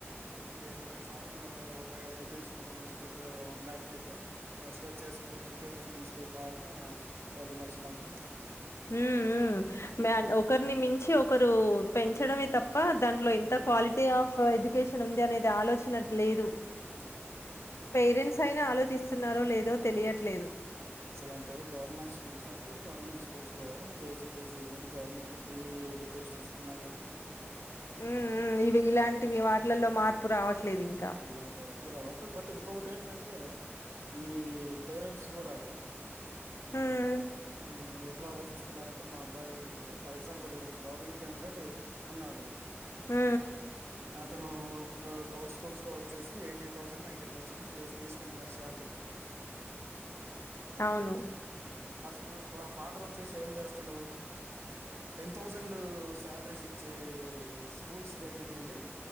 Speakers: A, on the right; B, on the left.
A: క్వాలిటీ లేదు ఈ సంవత్సరం ఒక ఎడ్యుకేషన్ ఇన్స్టిట్యూట్ వన్ ల్యాక్ చెప్తే నెక్స్ట్ వచ్చేసి ఇంకొక ఎడ్యుకేషన్ ఇన్స్టిట్యూట్ రావటం రెండు లక్షలు అంటాం
B: ఉ మ ఒకరిని మించి ఒకరు పెంచడమే తప్ప దాంట్లో ఎంత
A: ఉమ్,
B: క్వాలిటీ ఆఫ్ ఎడ్యుకేషన్ ఉంది అనేది ఆలోచన లేదు
A: అవును
B: పేరెంట్స్ అయినా ఆలోచిస్తున్నారో లేదో తెలియట్లేదు
A: ఎక్సలెంట్ గవర్నమెంట్ స్కూల్స్ అండి గవర్నమెంట్ స్కూల్స్ లో కేజీ టూ పిజీని గవర్నమెంట్ లో ఫ్రీ ఎడ్యుకేషన్ ఇస్తున్నా గాని
B: హ్మ్. హ్మ్. ఇవి ఇలాంటివి వాటిలల్లో మార్పు రావట్లేదింకా.
A: ఇలాంటి వాట్లా రావట్లేదు బట్ ఇంకొకటి ఏంటంటే ఈ పేరెంట్స్ కూడా
B: హ్మ్.
A: ఆ ఎట్లా ఆలోచిస్తున్నారంటే మా అబ్బాయి ఇప్పుడు ఫర్ ఎగ్జాంపుల్ గవర్నమెంట్ ఎంప్లాయీ ఉన్నాడు
B: హ
A: అతను ఇప్పుడు గవర్ంట్ స్కూల్స్ లో వచ్చేసి ఎయిటీ థౌసండ్ నైన్టీ థౌసండ్ కిసి తీసుకుంటున్నాడు శాలరీ
B: అవును
A: ఆ స్కూల్స్ లో ఆ ఫాదర్ వచ్చేసి ఏం చేస్తాడు టెన్ థౌజండ్ శాలరీస్ ఇచ్చే స్కూల్స్ దగ్గరకి వెళ్ళి